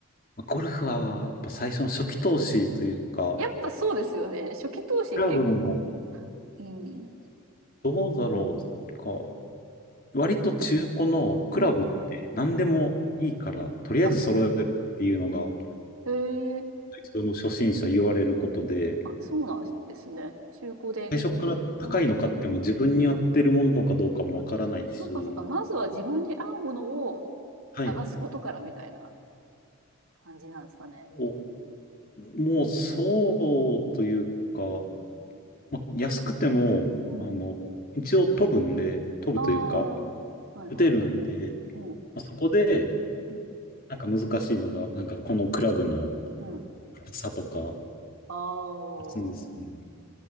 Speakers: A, on the left; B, on the right.
A: まあゴルフはやっぱ最初の初期投資というか、
B: やっぱそうですよね。初期投資結構、
A: クラブも
B: うん、
A: どうだろうか、割と中古のクラブって何でもいいから、
B: うん。うん。
A: とりあえず揃えろっていうのが、
B: あ、へえ、
A: 最初の初心者言われることで、
B: あ、そうなんですね。中古で。
A: 最初から高いの買っても自分に合ってるものかどうかもわからないし、
B: うん。あ、そうかそうか。まずは自分に合うものを
A: はい。
B: 探すことからみたいな感じなんですかね。
A: お、もうそうというか、
B: うん。
A: ま、安くても、
B: うん。
A: あの、一応飛ぶんで、飛ぶというか、
B: ああ、はいはい。
A: 打てるんで、
B: うん。
A: ま、そこで、
B: うん。
A: なんか難しいのが、なんかこのクラブの
B: うん。
A: 差とか、
B: ああ、
A: するんですよね。